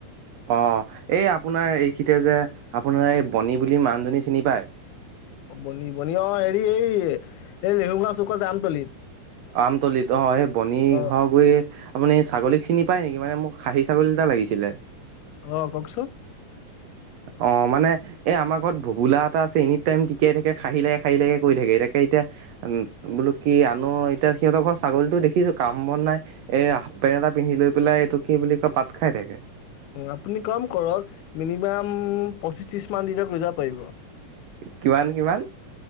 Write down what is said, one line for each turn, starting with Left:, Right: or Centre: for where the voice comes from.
Right: অ এই আপোনাৰ এইখিতে যে আপোনাৰ এই বণী বুলি মানুহজনী চিনি পায়।
Left: বনি বনি অ হেৰি এই এই লৰেহুগা চুক যাম তলিত
Right: আমতলিত অ সেই বনি
Left: অ'।
Right: ঘৰ গুৰি আপুনি ছাগলীক চিনি পায় নেকি মানে মোক খাহী ছাগলী এটা লাগিছিলে
Left: আহ কওকচোন
Right: অ মানে এ আমাৰ ঘৰত ভবোলাত। আছে এনি টাইম টিকাই থাকে খাহিল লাগে খাহ লকে কৈ থাকে এতিাকে এতিয়াম বলো কি আন এতিয়া। সিহঁতৰ ঘৰ ছাগলীতো দেখিছো কাম বন নাই এ হাফ পেণ্ট এটা পিন্ধি লৈ পেলাই এইটো কি বুলি কয় পাত খাই থাকে
Left: আপুনি কম কৰক মিনিমাম পঁচিছ ত্ৰিশ মান দিনক লৈ যাব পাৰিব
Right: কিমান কিমান।